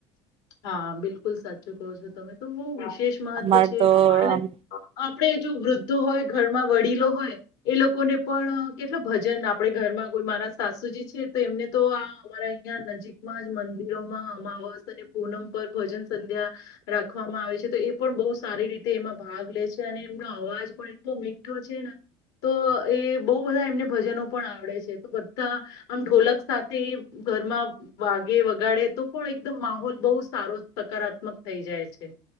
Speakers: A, on the left; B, on the right.
A: હા બિલકુલ સાચું કો છો તમે તો બઉ વિશેષ મહત્વ
B: અમાર
A: છે
B: તો
A: અને
B: આમ
A: <unintelligible> આપણે જો વૃદ્ધો હોય ઘરમાં વડીલો હોય એ લોકોને પણ કેટલા ભજન આપણે ઘરમાં કોઈ મારા સાસુજી છે તેમને તો આ અમારા અહીં નજીકમાં જ મંદિરોમાં અમાવસ અને પૂનમ પર ભજન સંધ્યા રાખવામાં આવે છે તો એ પણ બહુ સારી રીતે એમાં ભાગ લે છે અને એમનો અવાજ પણ એટલો મીઠો છે ને, તો એ બહુ બધા એમને ભજનો પણ આવડે છે, તો બધા આમ ઢોલક સાથે ઘરમાં વાગે વગાડે તો પણ એકદમ માહોલ બહુ સારો સકારાત્મક થઈ જાય છે.